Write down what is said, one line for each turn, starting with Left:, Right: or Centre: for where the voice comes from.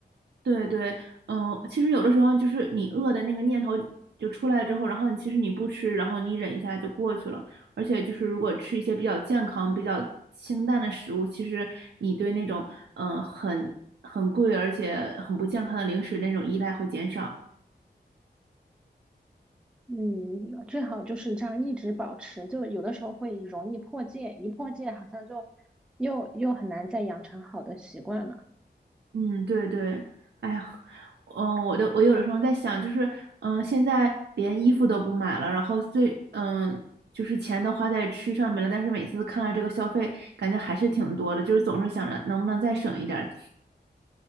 Right: 对对，嗯，其实有的时候就是你饿的那个念头就出来之后，然后你其实你不吃，然后你忍一下就过去了。而且就是如果吃一些比较健康、比较清淡的食物，其实你对那种嗯、呃很很贵而且很不健康的零食那种依赖会减少。
Centre: 嗯，最好就是这样一直保持，就有的时候会容易破戒，一破戒好像就又又很难再养成好的习惯了。
Right: 嗯，对对，哎呀，嗯，我都我有的时候在想，就是嗯，现在连衣服都不买了，然后最嗯，就是钱都花在吃上面了，但是每次看到这个消费，感觉还是挺多的，就是总是想着能不能再省一点儿。